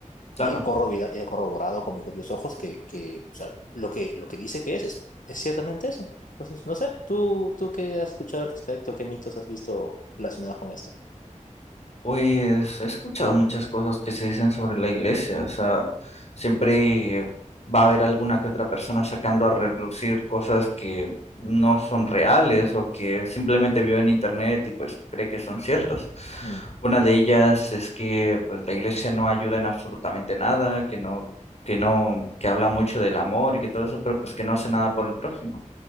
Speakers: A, on the left; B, on the left.
A: claro.
B: y he corroborado, he corroborado con mis propios ojos que, que, o sea, lo que, lo que dice que es, es, es ciertamente eso. Entonces, no sé, ¿tú, tú qué has escuchado al respecto? ¿Qué mitos has visto relacionados con esto?
A: Pues he escuchado muchas cosas que se dicen sobre la iglesia, o sea, siempre va a haber alguna que otra persona sacando a relucir cosas que no son reales o que simplemente vio en internet y pues cree que son ciertas.
B: Mm,
A: Una de ellas es que pues la iglesia no ayuda en absolutamente nada, que no, que no, que habla mucho del amor y que todo eso, pero pues que no hace nada por el prójimo.